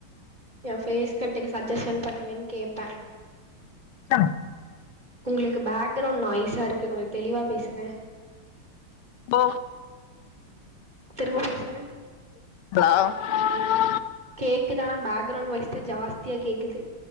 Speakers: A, on the right (about 20°); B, on the left (about 80°).
A: எ ஃபேஸ் கட்டுக்கு சஜ்ஜஷன் பண்ணுங்கன் கேப்ப
B: <unintelligible>
A: உங்ளுக்கு பேக்கிரவுண்ட் நாய்ஸா இருக்கு கொஞ்சொ தெளிவா பேசுங்க
B: போ
A: திரும்ப பேசுங்க
B: <unintelligible>
A: கேக்குதானா பேக்கிரவுண்ட் வைஸ்தா ஜாஸ்தியா கேக்குது